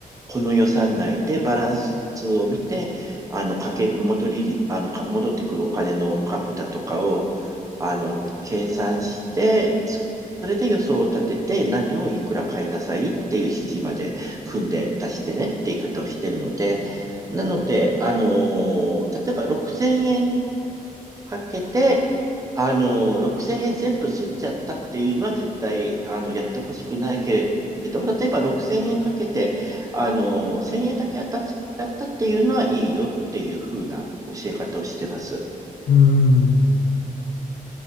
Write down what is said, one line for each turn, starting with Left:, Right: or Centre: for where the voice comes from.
Right: この予算内でバランスを見て、あの、かけ、戻りり、あの、か戻ってくるお金の額だとかを、あの、計算して、そそれで予想を立てて、何をいくら買いなさいっていう指示まで組んで出してねって言い方をしてるので、なので、あのー例えば6000円かけて、あのー6000円全部吸っちゃったっていうのは絶対、あの、やってほしくないけれども、例えば6000円かけて、あのー1000円だけ当たっちゃったっていうのはいいよっていうふうな教え方をしてます。
Left: うーん。